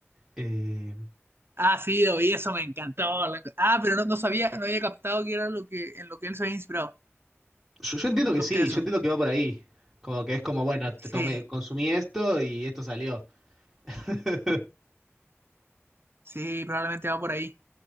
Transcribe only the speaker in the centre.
Eh,
Yo, yo entiendo
que
sí,
yo entiendo que va por ahí. Como que es como, bueno, te
tomé, consumí esto y esto salió. <laughs>